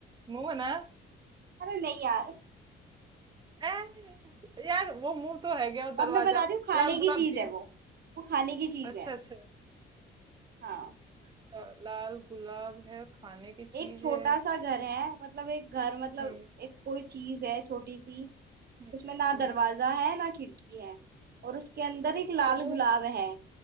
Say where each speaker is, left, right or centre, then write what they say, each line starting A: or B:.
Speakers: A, on the right; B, on the right.
A: मुंह है ना
B: अरे नहीं यार
A: ए, यार वो मुंह तो है गया वो दरवाजा
B: अब मैं बताती हूँ खाने
A: लाल गुलाब
B: की चीज
A: जी
B: है वो वो खाने की चीज
A: अच्छा
B: है
A: अच्छा
B: हाँ
A: अच्छा लाल गुलाब है खाने की चीज
B: एक छोटा
A: है
B: सा घर है मतलब एक घर मतलब
A: हम्म
B: एक कोई चीज है छोटी सी
A: हम्म
B: उसमें ना
A: हम्म
B: दरवाजा है ना खिड़की है और उसके अंदर एक लाल
A: तरबूज
B: गुलाब है